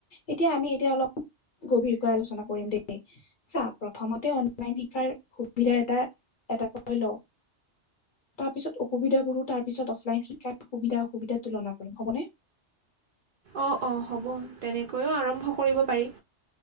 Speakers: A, on the left; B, on the right.
A: এতিয়া আমি এতিয়া অলপ গভীৰকৈ আলোচনা কৰিম দেই চা প্ৰথমতে অনলাইন শিকাৰ সুবিধা এটা এটা কৈ লও তাৰপিছত অসুবিধাবোৰো তাৰপিছত অফলাইন শিকাৰ সুবিধা অসুবিধা তুলনা কৰিম হ'বনে?
B: অ অ হ'ব তেনেকৈও আৰম্ভ কৰিব পাৰি।